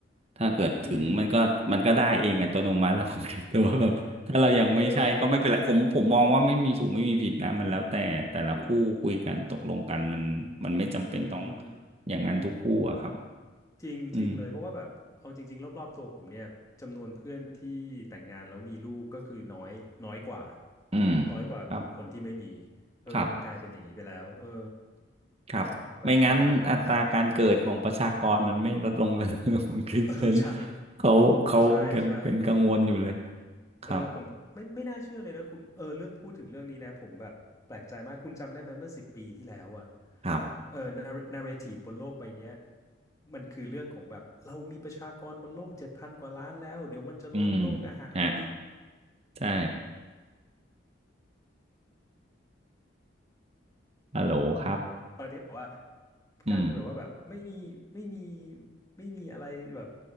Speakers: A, on the right (about 35°); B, on the left (about 15°).
A: ถ้าเกิดถึงมันก็มันก็ได้เองอัตโนมัติแล้วคุณคริสแต่ว่าแบบถ้าเรายังไม่ใช่ก็ไม่เป็นไรผมผมมองว่าไม่มีถูกไม่มีผิดนะมันแล้วแต่แต่ละคู่คุยกันตกลงกันมันมันไม่จำเป็นต้อง
B: อืมเอออืม
A: อย่างนั้นทุกคู่อะครับ
B: จริงจริงเลยเพราะว่าแบบเอาจริงๆรอบๆตัวผมเนี่ยจำนวนเพื่อนที่แต่งงานแล้วมีลูกก็คือน้อยน้อยกว่า
A: อืมอืม
B: น้อยกว่ากลุ่มคนที่ไม่มี
A: ครับ
B: เออมันกลายเป็นอย่างนี้ไปแล้วเออ
A: ครับ ครับ
B: แปลกแปลกมากแปลกมาก
A: ไม่งั้นอัตราการเกิดของประชากรมันไม่ลดลงเลย <laughs> มันคือเพราะฉะนั้น
B: เออใช่
A: เขาเขายังเป็นกังวลอยู่เลย
B: ใช่ใช่
A: ครับ
B: เออผมไม่ไม่น่าเชื่อเลยนะคุณเออเลือกพูดถึงเรื่องนี้นะผมแบบแปลกใจมากคุณจำได้ไหมเมื่อสิบปีที่แล้วอะ
A: ครับ
B: เออนาร์เรทีฟบนโลกใบเนี้ยมันคือเรื่องของแบบเรามีประชากรบนโลกเจ็ดพันกว่าล้านแล้วเดี๋ยวมันจะล้นโลกอาหารไม่มี
A: อืมฮะใช่ฮัลโหลครับ
B: ตอนเนี้ยแบบว่า
A: อืม
B: กลายเป็นแบบว่าแบบไม่มีไม่มีไม่มีอะไรแบบ